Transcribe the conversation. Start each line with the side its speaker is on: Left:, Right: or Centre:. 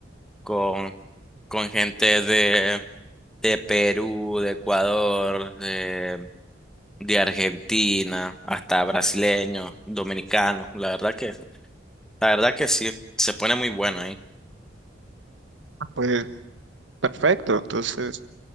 Centre: con con gente de, de Perú, de Ecuador, de, de Argentina, hasta brasileños, dominicanos. La verdad que, la verdad que sí, se pone muy bueno ahí.
Right: Pues perfecto, entonces